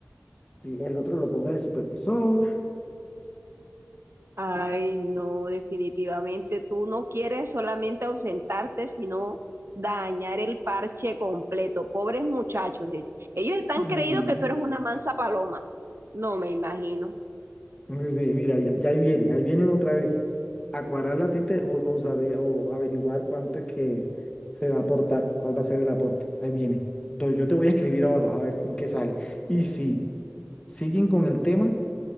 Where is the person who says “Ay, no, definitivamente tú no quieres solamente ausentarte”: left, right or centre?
Right